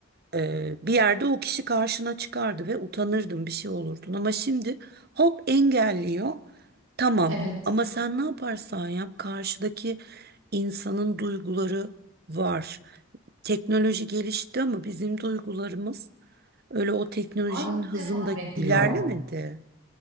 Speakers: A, on the right; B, on the right.
A: Eee, bir yerde o kişi karşına çıkardı ve utanırdın bir şey olurdun. Ama şimdi hop engelliyor. Tamam
B: Evet,
A: ama sen ne yaparsan yap karşıdaki insanın duyguları var. Teknoloji gelişti ama bizim duygularımız öyle o teknolojinin
B: hâlâ
A: hızında
B: devam ediyor.
A: ilerlemedi.